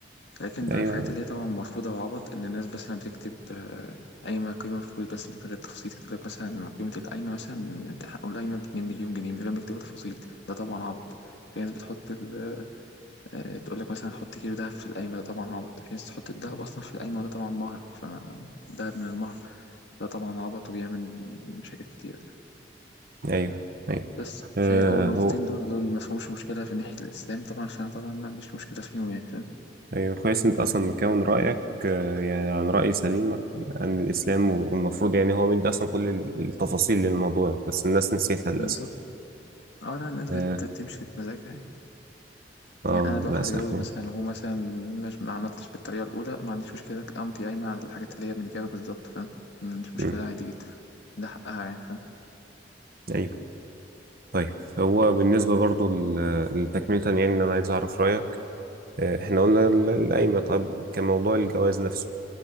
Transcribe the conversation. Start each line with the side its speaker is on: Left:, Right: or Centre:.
Left: لكن بقى
Right: ايوه
Left: الحاجات اللي هي طبعا مرفوضة وعبط إن الناس مثلا بتكتب آه، قايمة قيمة بفلوس بس من غير تفصيل تكتب لك مثلا قيمة القايمة مثلا حقوا القايمة باتنين مليون جنيه من غير ما يكتبوا تفاصيل ده طبعا عبط في ناس بتحط ال آه، تقول لك مثلا حط كيلو دهب في القايمة ده طبعا عبط في ناس تحط الدهب أصلا في القايمة وده طبعا مهر فما دهب من المهر ده طبعا عبط وبيعمل مشاكل كتيرة
Right: ايوه ايوه
Left: بس
Right: آه،
Left: فهي أول نقطتين
Right: هو
Left: دول دول ما فيهمش مشكلة في ناحية الإسلام طبعا فأنا طبعا ما عنديش مشكلة فيهم يعني فاهم
Right: ايوه كويس انت اصلا مكون رايك آه، يعني عن راي سليم عن الاسلام والمفروض يعني هو مدي اصلا كل ال- التفاصيل للموضوع بس الناس نسيتها للاسف
Left: بالظبط اه لا الناس
Right: اه
Left: بت... بتمشي بمزاجها يعني
Right: آه،
Left: يعني أنا لو
Right: للاسف
Left: هتجوز
Right: يعني
Left: مثلا وهو مثلا مش ما عملتش بالطريقة الأولى ما عنديش مشكلة أمضي قايمة على الحاجات اللي هي بنجابة بالظبط فاهم ما عنديش مشكلة
Right: مم.
Left: عادي جدا ده حقها يعني فاهم
Right: ايوه طيب هو بالنسبه برضو ل- لتكمله يعني ان انا عايز اعرف رايك آه، احنا قلنا ال- القايمه طيب كموضوع الجواز نفسه